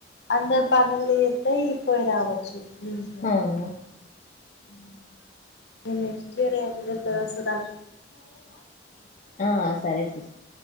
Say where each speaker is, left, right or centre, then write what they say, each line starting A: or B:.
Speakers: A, on the left (about 65°); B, on the left (about 45°).
A: అందరూ పనులు తీరుతాయి పోయి రావచ్చు మంచిగ
B: అవును
A: ఉమ్ ఇగ నెక్స్ట్ ఇయర్ ఏం చేస్తామో సుద్దం
B: ఆ సరే సిస్టర్